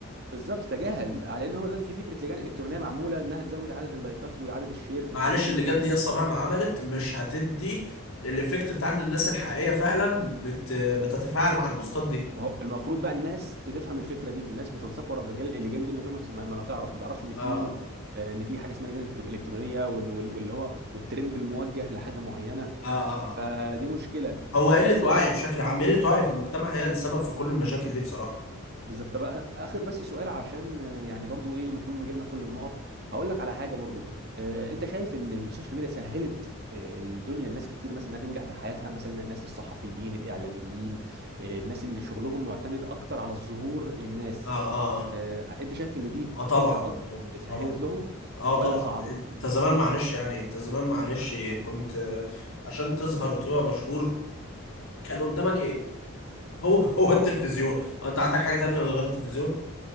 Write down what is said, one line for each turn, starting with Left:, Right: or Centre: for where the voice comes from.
Right: بالظبط تجاهل على ان هو دلوقتي في فكره لجان الكترونيه معموله انها تزود عدد اللايكات وعدد الشير في
Left: معلش
Right: الحاجات دي
Left: اللجان
Right: ف...
Left: دي يسطا مهما عملت مش هتدي الايفكت بتاع ان الناس الحقيقيه فعلا بت بتتفاعل مع البوستات
Right: ما هو
Left: دي
Right: ما هو المفروض بقى الناس تفهم الفكره دي الناس بتنساق ورا الرجال اللجان دي من غير ما ت- ما ما تعرف ما تعرفش ان في
Left: اه اه
Right: آه، ان في حاجه اسمها لجان الكترو- الكترونيه وال- وال- واللي هو والترند الموجه لحاجه معينه
Left: اه اه
Right: فدي
Left: اه
Right: مشكله
Left: هو قله
Right: بس
Left: وعي بشكل عام قله وعي في المجتمع هي السبب في كل المشاكل دي بصراحه
Right: بالظبط بقى اخر بس سؤال عشان آه، يعني برضو ايه نكون جبنا كل النقط هقول لك على حاجه برضو آه، انت شايف ان السوشيال ميديا سهلت آه، الدنيا الناس كتير مثلا انها تنجح في حياتها مثلا الناس الصحفيين الاعلاميين آه، الناس اللي شغلهم معتمد اكتر على الظهور للناس
Left: اه اه اه
Right: آه، انت شايف ان دي
Left: آه، طبعا
Right: فكره اكتر
Left: طبعا
Right: سهلت
Left: طبعا
Right: لهم
Left: اه طبعا
Right: ولا صعبت
Left: انت زمان معلش يعني انت زمان معلش كنت آه، عشان تظهر وتبقى مشهور كان قدامك ايه <laughs> هو هو التلفزيون هو انت عندك حاجة تانية غير التلفزيون